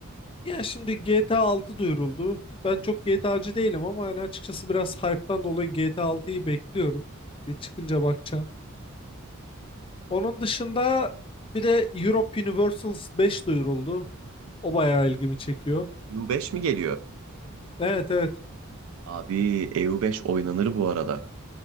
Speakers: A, on the left (about 25°); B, on the right (about 70°).
A: ya şimdi GTA 6 duyuruldu. Ben çok GTA'cı değilim ama yani açıkçası biraz hype'tan dolayı GTA 6'yı bekliyorum. Bir çıkınca bakacağım. Onun dışında bir de Europe Universals 5 duyuruldu. O bayağı ilgimi çekiyor.
B: U5 mi geliyor?
A: Evet evet.
B: Abi EU5 oynanır bu arada.